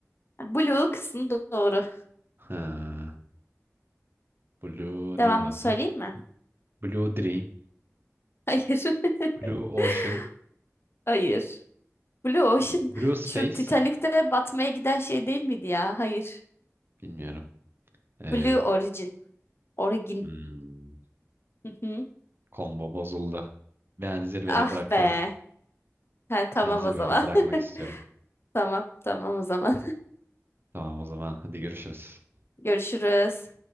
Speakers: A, on the left; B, on the right.
A: Blue kısmı do- doğru.
B: Ha, Blue
A: Devamını
B: ne olabilir?
A: söyleyeyim mi?
B: Blue Dream,
A: <laughs> Hayır.
B: Blue Ocean,
A: <laughs> Hayır. Blue Ocean
B: e, Blue Space.
A: şu Titanic'te batmaya giden şey değil miydi ya? Hayır.
B: Bilmiyorum. Ee,
A: Blue Origin. Origin.
B: hmm,
A: Hı hı.
B: Combo bozuldu. Ben zirvede
A: Ah
B: bırakıyorum.
A: be. Ha, tamam
B: Ben zirvede
A: o zaman.
B: bırakmak
A: <laughs>
B: istiyorum.
A: Tamam, tamam o zaman.
B: Tamam o zaman hadi görüşürüz.
A: <laughs> Görüşürüz.